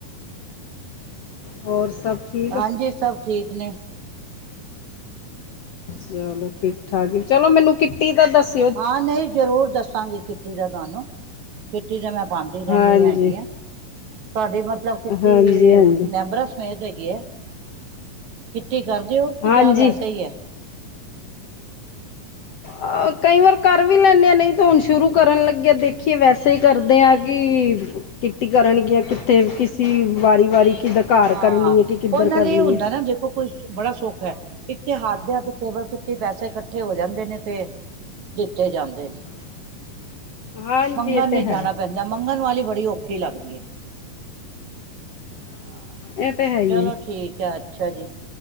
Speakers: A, on the left; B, on the right.
A: ਹੋਰ ਸਭ। ਠੀਕ
B: ਹਾਂਜੀ
A: ਆ
B: ਸਭ ਠੀਕ ਨੇ।
A: ਚਲੋ ਠੀਕ ਠਾਕ ਏ, ਚਲੋ ਮੈਨੂੰ ਕਿੱਟੀ ਤਾਂ ਦੱਸ
B: ਹਾਂ ਨਹੀਂ, ਜ਼ਰੂਰ ਦੱਸਾਂਗੀ ਕਿੱਟੀ ਦਾ ਤੁਹਾਨੂੰ। ਕਿੱਟੀ ਤੇ ਮੈਂ ਪਾਉਂਦੀ ਰਹਿੰਦੀ
A: ਹਾਂਜੀ
B: ਹੈਗੀ ਆ। ਤੁਹਾਡੀ ਮਤਲਬ ਕਿੱਟੀ
A: ਹਾਂਜੀ ਹਾਂਜੀ
B: ਮੈਂਬਰਾਂ? ਮੇਹਨਤ ਹੈਗੀ ਐਂ, ਕਿੱਟੀ ਕਰਦੇ ਹੋ
A: ਹਾਂਜੀ
B: ਜਾਂ ਵੈਸੇ ਹੀ ਹੈ।
A: ਅਹਿ ਕਈ ਵਾਰ ਕਰ ਵੀ ਲੈਂਨੇ ਆ ਨਹੀਂ ਤਾਂ ਹੁਣ ਸ਼ੁਰੂ ਕਰਨ ਲੱਗੇ ਆ ਦੇਖੀਏ ਵੈਸੇ ਹੀ ਕਰਦੇ ਹਾਂ ਕਿ। ਕਿੱਟੀ ਕਰਨਗੀਆਂ ਕਿੱਥੇ ਕਿਸੀ ਵਾਰੀ, ਵਾਰੀ। ਕਿੱਦਾਂ ਘਰ
B: ਹਾਂ
A: ਕਰਨੀ ਹੈ ਕਿ ਕਿੱਧਰ
B: ਉਹ ਨਾਲ
A: ਕਰਨੀ
B: ਇਹ ਹੁੰਦਾ
A: ਹੈ
B: ਨਾ ਜੇ ਕੋੋ ਕੁਛ ਬੜਾ ਸੁੱਖ ਹੈ ਇੱਥੇ ਹੱਥ ਦੇ ਹੱਥ ਟੇਬਲ ਕਿਟੀ ਪੈਸੇ ਇਕੱਠੇ ਹੋ ਜਾਂਦੇ ਨੇ ਤੇ ਦਿੱਤੇ ਜਾਂਦੇ ਨੇ
A: <unintelligible> ਹਾਂਜੀ
B: ਮੰਗਣ
A: ਇਹ ਤੇ
B: ਨੀ
A: ਹੈ
B: ਜਾਣਾ ਪੈਂਦਾ ਮੰਗਣ ਵਾਲੀ ਬੜੀ ਔਖੀ ਲੱਗਦੀ ਹੈ। ਹਾਂ
A: ਇਹ ਤੇ ਹੈ ਹੀ
B: ਚਲੋ
A: ਹੈ
B: ਠੀਕ ਹੈ ਅੱਛਾ ਜੀ।